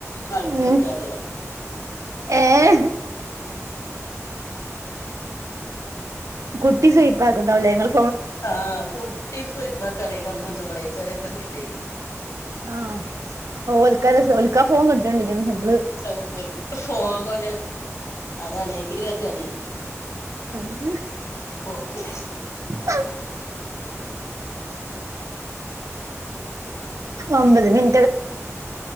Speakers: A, on the left; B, on the right.
A: കളിച്ചൊണ്ട്
B: ഉം
A: റിയ
B: ഏഹ് കുട്ടി സൈപ്പാക്ണ്ടാവ് ല്ലേ ങ്ങളെ
A: ആഹ് കുട്ടി സുയ്പ്പാക്കറി കൊൺ വിളിച്ചപ്പളെ ചെറിയ കുട്ടിണ്ടേ
B: ആഹ് ഓൽക്ക രസ ഓൽക്കാ ഫോൻ കിട്ടണ്ടി <unintelligible> മ്മള്
A: <unintelligible> അതാണെ <unintelligible>
B: <unintelligible>
A: ഓഹ്
B: ഓ ഒമ്പത് മിൻ